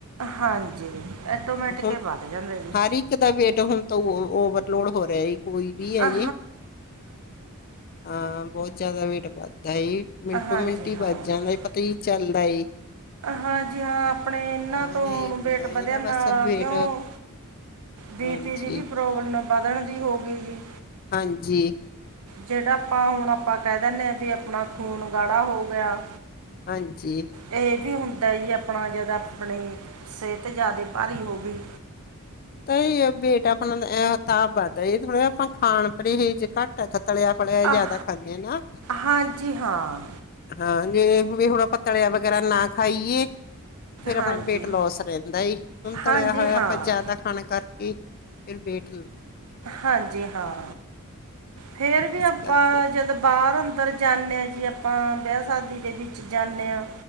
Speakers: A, on the right; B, on the left.
A: ਹਾਂਜੀ ਆਟੋਮੈਟਿਕ
B: ਹੁਣ
A: ਹੀ ਵੱਧ ਜਾਂਦਾ ਜੀ
B: ਹਰ ਇੱਕ ਦਾ ਵੇਟ ਹੁਣ ਤਾਂ ਓਵਰਲੋਡ ਹੋ ਰਿਹਾ ਕੋਈ ਵੀ ਹੈ
A: ਹਾਂ
B: ਜੇ ਹਾਂ ਬਹੁਤ ਜ਼ਿਆਦਾ ਵੇਟ ਵੱਧਦਾ ਜੀ ਮਿੰਟੋ
A: ਹਾਂਜੀ
B: ਮਿੰਟ ਹੀ ਵੱਧ
A: ਹਾਂ
B: ਜਾਂਦਾ ਪਤਾ ਹੀ ਚੱਲਦਾ ਏ
A: ਹਾਂਜੀ ਹਾਂ ਆਪਣੇ ਇਹਨਾਂ
B: ਹਾਂ
A: ਤੋਂ
B: ਇਹ
A: ਹੁਣ
B: ਹੁੰਦਾ
A: ਵੇਟ
B: ਇਹ
A: ਵਧਿਆ
B: ਨਾ ਬਸ
A: ਹਾਂ
B: ਵੇਟ
A: ਕਿਉਂ ਬੀਪੀ
B: ਹਾਂਜੀ
A: ਦੀ ਵੀ ਪ੍ਰੋਬਲਮ ਵਧਣ ਦੀ ਹੋ ਗਈ ਜੀ
B: ਹਾਂਜੀ
A: ਜਿਹੜਾ ਆਪਾਂ ਹੁਣ ਆਪਾਂ ਕਹਿ ਦਿੰਦੇ ਹਾਂ ਵੀ ਆਪਣਾ ਖੂਨ ਗਾੜਾ ਹੋ ਗਿਆ।
B: ਹਾਂਜੀ
A: ਇਹ ਵੀ ਹੁੰਦਾ ਜੀ ਆਪਣਾ ਜਿਆਦਾ ਆਪਣੀ ਸਿਹਤ ਜ਼ਿਆਦੀ ਭਾਰੀ ਹੋ ਗਈ
B: ਤਾਂ ਹੀ ਵੇਟ ਆਪਣਾ ਤਾਂ ਵੱਧਦਾ ਜ ਥੋੜਾ ਆਪਾਂ ਖਾਣ ਪਰਹੇਜ਼ ਹੀ ਘੱਟ ਹੈ ਤਲਿਆ ਫਲਿਆ ਹੀ ਜ਼ਿਆਦਾ
A: ਆਹ
B: ਖਾਂਦੇ ਆ ਨਾ
A: ਹਾਂਜੀ ਹਾਂ
B: ਹਾਂ ਨਹੀਂ ਨਹੀਂ ਹੁਣ ਆਪ ਟਲਿਆ ਵਗੈਰਾ ਨਾ ਖਾਈਏ ਫਿਰ ਆਪਣਾ
A: ਹਾਂਜੀ
B: ਵੇਟ ਲੋਸ ਰਹਿੰਦਾ ਹੁਣ ਤਲਿਆ
A: ਹਾਂਜੀ
B: ਹੋਇਆ
A: ਹਾਂ
B: ਆਪਾਂ ਜ਼ਿਆਦਾ ਖਾਣਾ ਕਰਕੇ ਫਿਰ ਬੈਠ ਲੋ
A: ਹਾਂਜੀ ਹਾਂ, ਫੇਰ ਵੀ
B: ਇਸ
A: ਆਪਾਂ
B: ਕਰਕੇ
A: ਜਦੋਂ ਬਾਹਰ ਅੰਦਰ ਜਾਂਨੇ ਆਂ ਜੀ ਆਪਾਂ, ਵਿਆਹ ਸ਼ਾਦੀ ਦੇ ਵਿੱਚ ਜਾਂਨੇ ਆਂ